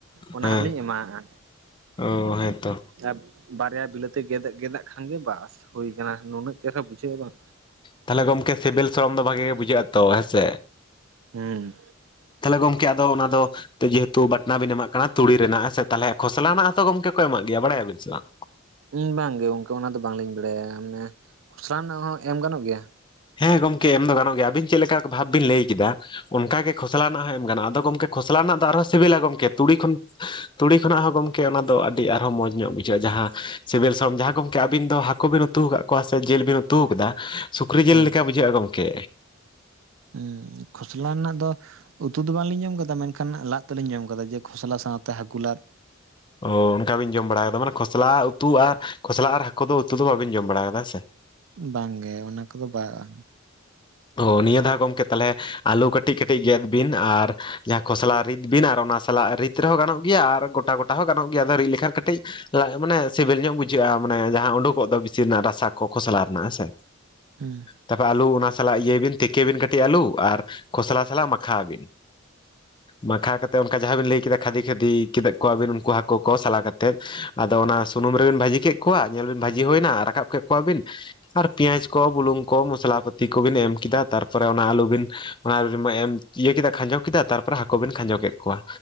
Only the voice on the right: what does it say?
ᱚᱱᱟ
ᱦᱟᱸᱜ ᱞᱤᱧ ᱮᱢᱟᱣᱟᱜᱼᱟ᱾
ᱟᱨ ᱵᱟᱨᱭᱟ ᱵᱤᱞᱟᱹᱛᱤ ᱜᱮᱫ ᱜᱮᱫᱟᱜ ᱠᱷᱟᱱ ᱜᱮ ᱵᱟᱥ ᱦᱩᱭ ᱟᱠᱟᱱᱟ, ᱱᱩᱱᱟᱹᱜ ᱪᱮᱨᱦᱟ ᱵᱩᱡᱷᱟᱹᱜᱼᱟ ᱵᱟᱝ᱾
ᱦᱩᱸ᱾
ᱩᱸ ᱵᱟᱝ ᱜᱮ ᱜᱚᱝᱠᱮ, ᱚᱱᱟ ᱫᱚ ᱵᱟᱝ ᱞᱤᱧ ᱵᱟᱲᱟᱭᱟ᱾ ᱢᱟᱱᱮ ᱠᱷᱚᱥᱲᱟ ᱨᱮᱱᱟᱜ ᱦᱚᱸ ᱮᱢ ᱜᱟᱱᱚᱜ ᱜᱮᱭᱟ?
ᱦᱮᱸ
ᱦᱮᱸ ᱠᱷᱚᱥᱞᱟ ᱨᱮᱱᱟᱜ ᱫᱚ ᱩᱛᱩ ᱫᱚ ᱵᱟᱝ ᱞᱤᱧ ᱡᱚᱢ ᱟᱠᱟᱫᱟ, ᱢᱮᱱᱠᱷᱟᱱ ᱞᱟᱫ ᱫᱚᱞᱤᱧ ᱡᱚᱢ ᱟᱠᱟᱫᱟ ᱡᱮ ᱠᱷᱚᱥᱞᱟ ᱥᱟᱶᱛᱮ ᱦᱟᱹᱠᱩ ᱞᱟᱫᱽ᱾
ᱵᱟᱝ ᱜᱮ ᱚᱱᱟ ᱠᱚᱫᱚ ᱵᱟᱝᱼᱟ᱾
ᱦᱩᱸ